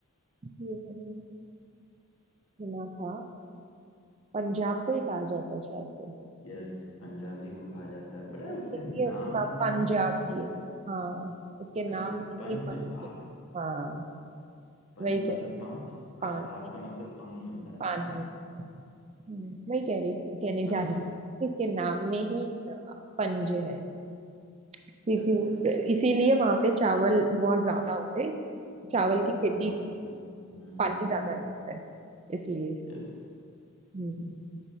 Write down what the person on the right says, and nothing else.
ये मैंने नहीं सुना था पंजाब को ही कहा जाता है शायद से
ठीक
है,
इसलिए
उसका
पंजाबी
है
हाँ उसके
नाम
में
ही पंजाब
हाँ
वही कह
रही हूँ।
पान
पानी
है। हम्म, वही कह रही थी कहने
जा रही थी इसके नाम में ही अ, पंजे हैं क्योंकि
वो
इसीलिए वहां पे चावल बहुत ज्यादा होते हैं चावल
की खेती
पानी ज्यादा लगता है इसलिए
हम्म